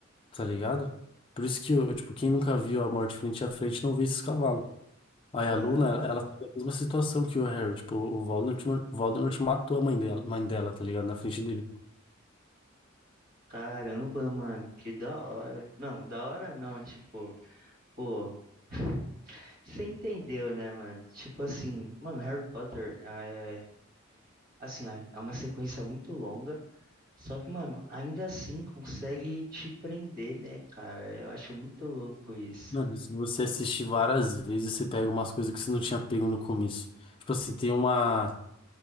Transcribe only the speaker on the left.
tá ligado? Por isso que, eu, tipo, quem nunca viu a morte frente a frente não vê esses cavalos. Aí
a Luna, ela teve a mesma situação que o Harry, tipo, o Voldemort, o Voldemort matou a mãe dela, mãe dela, tá ligado? Na frente dele.
Mano, se você assistir várias vezes, você pega umas coisas que você não tinha pego no começo. Tipo assim, tem uma,